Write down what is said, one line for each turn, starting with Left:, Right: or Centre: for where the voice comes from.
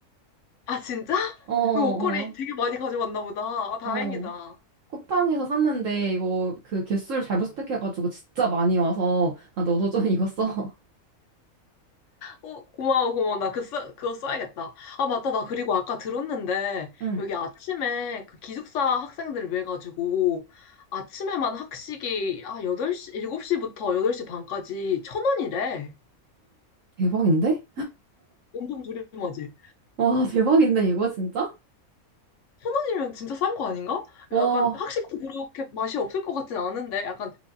Left: 아, 진짜?
Right: 어, 어,
Left: 너 옷걸이 되게 많이 가져왔나 보다. 아, 다행이다.
Right: 어. 쿠팡에서 샀는데 이거 그 개수를 잘못 선택해가지고 진짜 많이 와서 아, 너도 좀 이거 써.
Left: 어, 고마워, 고마워. 나 그, 써, 그거 써야겠다. 아, 맞다. 나 그리고 아까 들었는데,
Right: <laughs> 응.
Left: 여기 아침에 그 기숙사 학생들 을 위해 가지고, 아침에만 학식이, 아, 여덟 시 7시부터 8시 반까지 천 원이래.
Right: 대박인데?
Left: 엄청 저렴하지?
Right: 와, 대박인데, 이거 진짜?
Left: 천 원이면 진짜 싼 거 아닌가?
Right: 와.
Left: 약간 학식도 그렇게 맛이 없을 것 같진 않은데, 약간